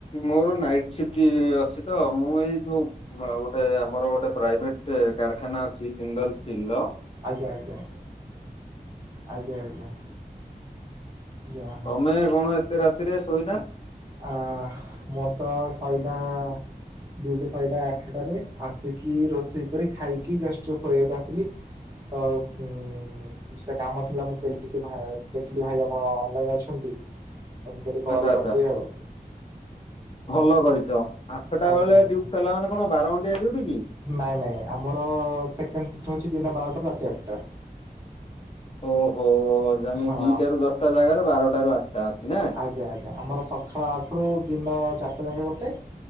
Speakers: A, on the left; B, on the right.
A: ମୋର ନାଇଟ୍ ସିଫ୍ଟ ଇ-ଇ ଅଛି ତ ମୁଁ ଏଇ ଯୋଉ ହଁ ଗୋଟେ ଆମର ଗୋଟେ ପ୍ରାଇଭେଟ୍ କାରଖାନା ଅଛି ଜିନ୍ଦଲ ଷ୍ଟିଲର।
B: ଆଜ୍ଞା ଆଜ୍ଞା, ଆଜ୍ଞା ଆଜ୍ଞା। ଯାହା ହଉ
A: ତମେ କଣ ଏତେ ରାତିରେ ଶୋଇନା?
B: ଆ-ଆ ମୋର ତ ସଇଲା ଡ୍ୟୁଟି ସଇଲା ଆଠଟାରେ, ଆସିକି ରୋଷେଇ କରି ଖାଇକି ଜଷ୍ଟ ଶୋଇବାକୁ ଆସିଲି। ତ ଉଁ-ଉଁ-ଉଁ କିଛିଟା କାମ ଥିଲା ମୁଁ କହିଲି ଟିକେ ଭାଇ ଦେଖିଲି ଭାଇର। ହଁ ଅନଲାଇନ୍ ଅଛନ୍ତି। ତ ମୁଁ କହିଲି କଲ୍
A: ଆଚ୍ଛା ଆଚ୍ଛା
B: କରିଦିଏ ଆଉ
A: ଭଲ କରିଛ। ଆଠଟା
B: ଆଜ୍ଞା
A: ବେଳେ
B: ଆଜ୍ଞା।
A: ଡ୍ୟୁଟି ଥିଲା ମାନେ କଣ ବାର ଘଣ୍ଟିଆ ଡ୍ୟୁଟି କି?
B: ନାଇଁ ନାଇଁ, ଆମର ସେକେଣ୍ଡ ସିଫ୍ଟ୍ ହଉଛି ଦିନ ବାରଟାରୁ ରାତି ଆଠଟା।
A: ଓହୋଃ ଆମେ
B: ହଁ
A: ଦିଟାରୁ ଦଶଟା ଜାଗାରେ ବାରଟାରୁ ଆଠଟା ଅଛି ନା?
B: ଆଜ୍ଞା ଆଜ୍ଞା ଆମର ସକାଳ ଆଠ ରୁ ଦିନ ଚାରିଟା ଯାକେ ଗୋଟେ